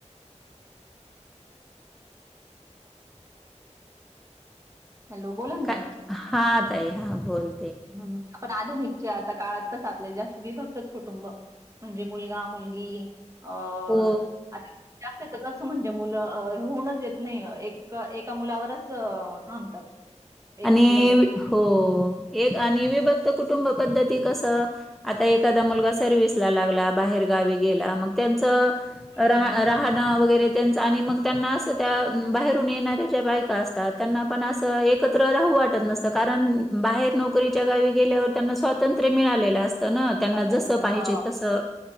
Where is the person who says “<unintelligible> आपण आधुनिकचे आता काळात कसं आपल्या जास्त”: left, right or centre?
Right